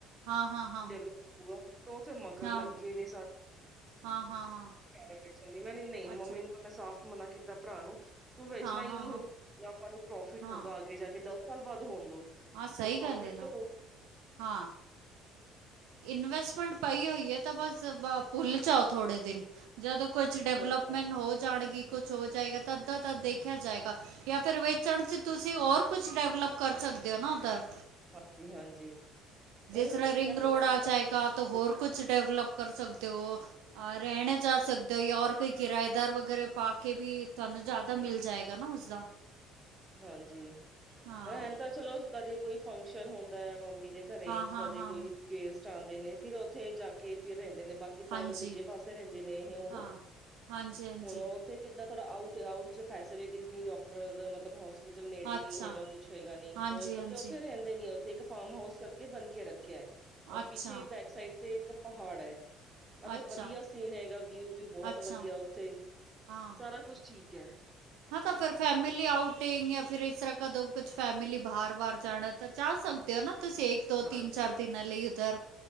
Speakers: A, on the right; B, on the right.
A: ਹਾਂ- ਹਾਂ- ਹਾਂ।
B: ਡੇਵਲਪ ਹੁਆ ਤੋ ਉਥੇ ਮਗਰ
A: ਹਾਂ
B: ਲੱਗੇ ਨੇ ਸਾਰੇ। <inaudible>
A: ਹਾਂ ਹਾਂ ਹਾਂ
B: ਨਹੀਂ ਮੰਮੀ
A: ਅੱਛਾ
B: ਮੈਂ ਸਾਫ਼ ਮਨਾ ਕੀਤਾ ਭਰਾ ਨੂੰ ਤੂੰ ਵੇਚਣਾ
A: ਹਾਂ
B: ਹੀ
A: ਹਾਂ
B: ਨੀ
A: ਹਾਂ
B: ਹੁਣ ਜਾਂਦੋ ਆਪਾਂ ਨੂੰ ਪ੍ਰੋਫਿਟ
A: ਹਾਂ
B: ਹੋਊਗਾ ਅੱਗੇ ਜਾ ਕੇ ਦੱਸ ਸਾਲ ਬਾਅਦ ਹੋਣ ਦੋ,
A: ਹਾਂ ਸਹੀ
B: ਪਰ ਪ੍ਰੋਫਿਟ
A: ਗੱਲ ਹੈ ਨਾ
B: ਤਾਂ ਹੋ
A: ਹਾਂ ਇਨਵੈਸਟਮੈਂਟ ਪਈ ਹੋਈ ਹੈ ਤਾਂ ਬਸ ਪੁੱਲ ਜਾਓ ਥੋੜ੍ਹੇ ਦਿਨ। ਜਦੋਂ ਕੁਛ ਡਿਵਲਪਮੈਂਟ
B: ਸਹੀ ਗੱਲ ਹੈ।
A: ਹੋ ਜਾਣਗੀ ਕੁਛ ਹੋ ਜਾਏਗਾ ਤਾਂ ਤਧ ਦਾ ਤਧ ਦੇਖਿਆ ਜਾਏਗਾ ਜਾਂ ਫਿਰ ਵੇਚਣ ਚ ਤੁਸੀਂ ਹੋਰ ਕੁਛ ਕੁ ਡੈਵਲਪ ਕਰ ਸਕਦੇ ਹੋ ਨਾ ਉੱਧਰ।
B: ਹਾਂਜੀ, ਹਾਂਜੀ ਉਹੀ
A: ਤਰ੍ਹਾਂ
B: ਸੋਚ
A: ਰਿੰਗ
B: ਰਿਹਾ
A: ਰੋਡ
B: ਪਲੈਨਿੰਗ।
A: ਆ ਜਾਏਗਾ, ਹੋਰ ਕੁਛ ਡਿਵਲਪ ਕਰ ਸਕਦੇ ਓ। ਅ ਰਹਿਣੇ ਜਾ ਸਕਦੇ ਹੋ। ਜਾਂ, ਔਰ ਕੋਈ ਕਿਰਾਏਦਾਰ ਵਗੈਰਾ ਪਾ ਕੇ ਵੀ ਤੁਹਾਨੂੰ ਜ਼ਿਆਦਾ ਮਿਲ ਜਾਏਗਾ। ਗਾ ਨਾ ਉਸਦਾ
B: ਹਾਂਜੀ
A: ਹਾਂ
B: ਰਣ ਤਾਂ ਚਲੋ ਕਦੇ ਕੋਈ ਫੰਕਸ਼ਨ ਹੁੰਦਾ ਹੈ ਮੰਮੀ ਦੇ ਘਰੇ
A: ਹਾਂ ਹਾਂ
B: ਕਦੇ
A: ਹਾਂ
B: ਕੋਈ ਗੇਸਟ ਆਉਂਦੇ ਨੇ ਫਿਰ ਉੱਥੇ ਜਾ ਕੇ ਫਿਰ ਰਹਿੰਦੇ ਨੇ ਬਾਕ ਕੀਤਾ
A: ਹਾਂਜੀ
B: ਏ ਤਾਂ ਦੂਜੇ ਪਾਸੇ ਰਹਿੰਦੇ ਨੇ ਇਹ ਹੁਣ
A: ਹਾਂ ਹਾਂਜੀ ਹਾਂਜੀ
B: ਹੁਣ ਉਹ ਤੇ ਕਿੱਦਾਂ ਥੋੜ੍ਹਾ ਆਊਟ ਆਊਟ ਫੈਸਲਿਟੀਜ਼ ਨੀ ਡੋਕਟਰ ਦਾ ਮਤਲਬ ਹੋਸ ਨੇੜੇ
A: ਅੱਛਾ
B: ਨੀ ਹੈਗਾ। ਕੁੱਛ ਹੈਗਾ ਨੀ,
A: ਹਾਂਜੀ
B: ਤਾ ਇਸ ਕਰਕੇ
A: ਹਾਂਜੀ
B: ਉੱਥੇ ਰਹਿੰਦੇ ਨੀ ਉੱਥੇ ਇੱਕ ਫਾਰਮ ਹਾਊਸ ਕਰਕੇ ਬੰਦ ਕਰਕੇ ਰੱਖਿਆ ਏ। ਔਰ
A: ਅੱਛਾ
B: ਪਿੱਛੇ ਹੀ ਬੈਕ ਸਾਈਡ ਤੇ ਇੱਕ ਪਹਾੜ ਐ। ਮਤਲਬ
A: ਅੱਛਾ
B: ਵਧੀਆ ਸੀਨ ਹੈਗਾ ਵਿਊ ਵੀ ਬਹੁਤ
A: ਅੱਛਾ
B: ਵਧੀਆ ਉੱਥੇ,
A: ਹਾਂ
B: ਸਾਰਾ ਕੁਛ ਠੀਕ ਐ।
A: ਹਾਂ ਤਾਂ ਫਿਰ ਫੈਮਲੀ ਆਊਟਿੰਗ ਜਾਂ ਫਿਰ ਇਸ ਤਰ੍ਹਾਂ ਕਦੋਂ ਕੁਛ ਫੈਮਲੀ ਬਾਰ ਵਾਰ ਜਾਣਾ ਤਾਂ ਚ ਸਕਦੇ। ਤੇਓ ਨਾ ਤੁਸੀ ਦੋ,
B: ਹਾਂਜੀ
A: ਤਿੰਨ, ਚਾਰ ਦਿਨਾਂ ਲਈ ਉਧਰ